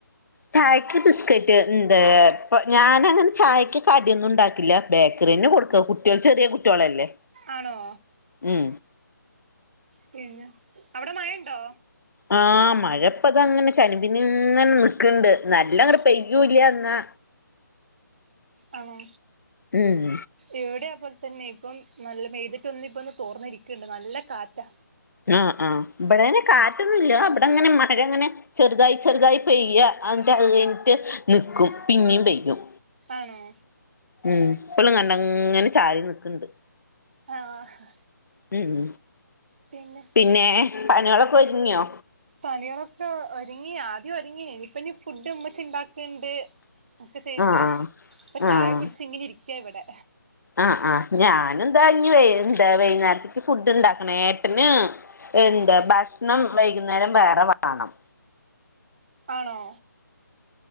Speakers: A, on the left; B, on the right.
A: ചായക്ക് ബിസ്കറ്റ്ണ്ട് ഞാനങ്ങനെ ചായക്ക് കടിയൊന്നും ഇണ്ടാക്കില്ല ബേക്കറിയെന്നെ കൊടുക്ക കുട്ട്യാൾ ചെറിയ കുട്ട്യാളല്ലേ
B: ആണോ
A: ഉം
B: പിന്നെ അവടെ മഴണ്ടോ
A: ആഹ് മഴപ്പത ഇങ്ങനെ ചനിപിന്നനെ നിക്കണ്ട് നല്ലങ്ങട്
B: ആ,
A: പെയ്യൂല്ല്യ ഇന്നാ
B: ആണോ
A: ഉം
B: ഇവടിം അത്‌ പോലെ തന്നെക്കും നല്ല പെയ്തിട്ടൊന്നിപ്പൊ തോർന്നിരിക്ക്ണ്ട് നല്ല കാറ്റാ
A: ആഹ് ആഹ് ഇബടങനെ കാറ്റൊന്നുല്ലാ, ഇബടെങ്ങനെ മഴങ്ങനെ ചെറുതായി ചെറുതായി പെയ്യ. അൻട്ട് ഇൻട്ട് നിക്കും, പിന്നിം പെയ്യും.
B: ആണോ?
A: ഉം ഇപ്പളും കണ്ടങ്ങനെ ചാരി നിക്ക്ണ്ട്.
B: ആഹ്
A: ഉ ഉം
B: പിന്നെ
A: പിന്നേ പണിയോളൊക്കൊര്ങ്ങ്യോ?
B: പണികളൊക്കെ ഒരുങ്ങി, ആദ്യൊരുങ്ങി. ഇനിപ്പനി ഫുഡ്ഡ് ഉമ്മച്ചിണ്ടാക്ക്ണ്ട്. ഒക്കെ ചെയ്യണ്ടേ,
A: ആ ആ
B: ഇപ്പ ചായ
A: ആ
B: കുടിച്ചിങ്ങനെ ഇരിയ്ക്ക ഇവടെ.
A: ആഹ് ആഹ്. ഞാനെന്തായാലും ഞ് വെ ന്താ വൈന്നാര്ത്ത്ക്ക് ഫുഡ്ഡ്ണ്ടാക്കണം ഏട്ടന് എന്ത ഭഷ്ണം വൈകുന്നേരം വേറെ വാണം.
B: ആണോ?